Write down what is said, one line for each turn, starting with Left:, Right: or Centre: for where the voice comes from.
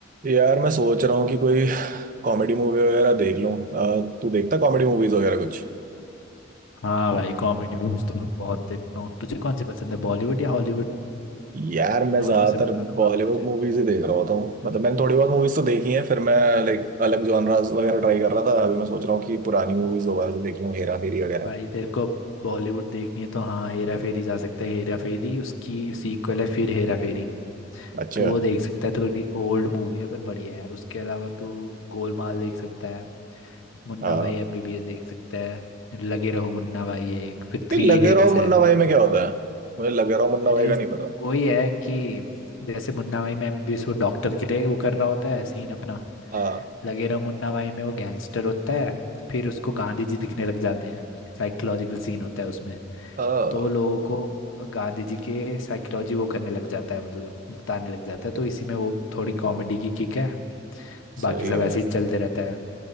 Right: यार मैं सोच रहा हूँ कि कोई कॉमेडी मूवी वगैरह देख लूँ अ, तू देखता कॉमेडी मूवीज वगैरह कुछ
Left: हाँ भाई comedy movies तो मैं बहुत देखता हूँ तुझे कौन सी पसंद है बॉलीवुड या हॉलीवुड
Right: यार
Left: उन
Right: मैं
Left: दोनों
Right: ज्यादातर
Left: में से बता दूंगा
Right: बॉलीवुड
Left: मैं तुझे
Right: मूवीज ही देख रहा होता हूँ मतलब मैंने थोड़ी बहुत मूवीज तो देखी हैं फिर मैं लाइक अलग जॉनरास वगैरह ट्राई कर रहा था अभी मैं सोच रहा हूँ कि पुरानी मूवीज दोबारा से देख लूँ हेरा फेरी वगैरह
Left: भाई तेरे को बॉलीवुड देखनी है तो हाँ हेरा फेरी जा सकता है हेरा फेरी उसकी सीक्वल है फिर हेरा फेरी
Right: अच्छा
Left: तो वो देख सकता है थोड़ी ओल्ड मूवी है पर बढ़िया है उसके अलावा तो गोलमाल देख सकता है मुन्ना
Right: हाँ
Left: भाई एमबीबीएस देख सकता है लगे रहो मुन्ना भाई है एक फिर थ्री
Right: ये लगे
Left: इडियट्स
Right: रहो मुन्ना
Left: है
Right: भाई में क्या होता है मुझे लगे रहो मुन्ना
Left: अरे
Right: भाई का नहीं पता
Left: वही है कि जैसे मुन्ना भाई में भी वो डॉक्टर के लिए वो कर रहा होता है सीन अपना
Right: हाँ
Left: लगे रहो मुन्ना भाई में वो गैंगस्टर होता है फिर उसको गांधी जी दिखने लग जाते हैं साइकोलॉजिकल सीन होता है उसमें
Right: हाँ,
Left: तो वो लोगों को गांधी जी के साइकोलॉजी वो करने लग जाता है मतलब बताने लग जाता है तो इसी में वो थोड़ी कॉमेडी की किक है बाकी
Right: सही
Left: सब
Right: है
Left: ऐसे ही चलते रहता है